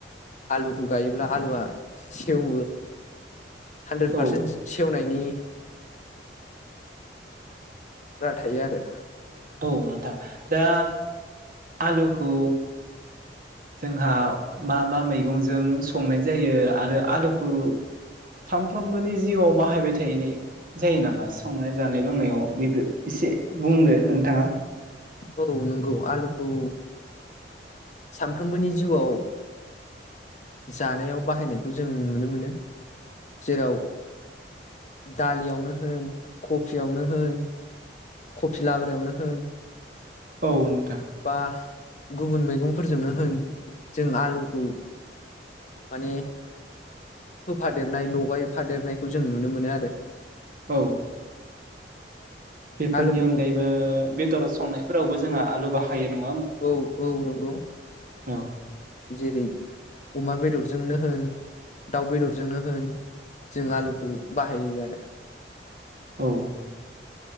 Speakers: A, on the left; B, on the right.
A: आलुखौ गायोब्ला आलुआ सेवो हान्द्रेद
B: औ
A: पारसेन्ट सेवनायनि ब्रा थायो आरो
B: औ नोंथां दा आलुखौ जोंहा मा मा मैगंजों संनाय जायो आरो आलुखौ सामफ्रोमबोनि जिउआव बाहायबाय थायनाय जायो नामा संनाय जानाय लोंनायाव बेबो एसे बुंदो नोंथाङा ।
A: औ नंगौ आलुखौ सानफ्रोमबोनि जिउआव जानायाव बाहायनायखौ जों नुनो मोनो जेराव दालियावनो होन कफियावनो होन कफि लाब्रायावनो होन
B: औ नोंथां
A: बा गुबुन मैगंफोरजोंनो होन जों आलुखौ माने होफादेरनाय लगायफादेरनायखौ जों नुनो मोनो आरो
B: औ बेफोरनि
A: आलुखौ
B: अनगायैबो बेदराव संनायफोरावबो जोंहा आलु बाहायो नं
A: औ औ नंगौ।
B: औ।
A: जेरै अमा बेदरजोंनो होन दाउ बेदरजोंनो होन जों आलुखौ बाहायो आरो।
B: औ।